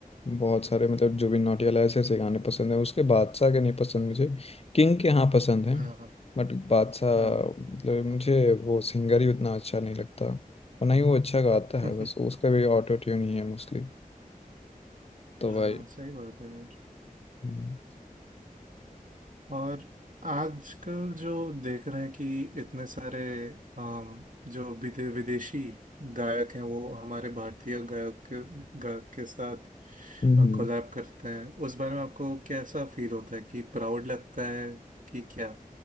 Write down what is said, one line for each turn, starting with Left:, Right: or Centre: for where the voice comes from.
Left: बहुत सारे मतलब जुबिन नौटियाल ऐसे ऐसे गाने पसंद हैं उसके बादशाह के नहीं पसंद मुझे किंग के हाँ पसंद हैं
Right: हाँ
Left: बट बादशाह
Right: हाँ
Left: मतलब मुझे वो सिंगर ही उतना अच्छा नहीं लगता और ना ही वो अच्छा गाता है
Right: <laughs>
Left: बस उसका भी ऑटो ट्यून ही है मोस्टली तो
Right: हाँ
Left: भाई
Right: सही बात है यार
Left: हम्म
Right: और आजकल जो देख रहे हैं कि इतने सारे अम, जो विदे विदेशी गायक हैं वो हमारे भारतीय गायक के- गायक के साथ
Left: हम्म। हम्म।
Right: कोलैब करते हैं उस बारे में आपको कैसा फील होता है कि प्राउड लगता है कि क्या